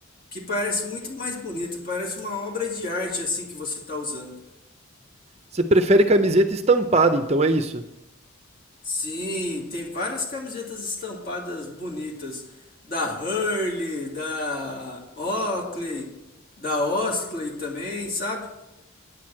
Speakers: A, on the left; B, on the right.
A: Que parece muito mais bonito, parece uma obra de arte assim que você tá usando.
B: Você prefere camiseta estampada então, é isso?
A: Sim, tem várias camisetas estampadas bonitas da Hurley, da Oakley, da Oakley também, sabe?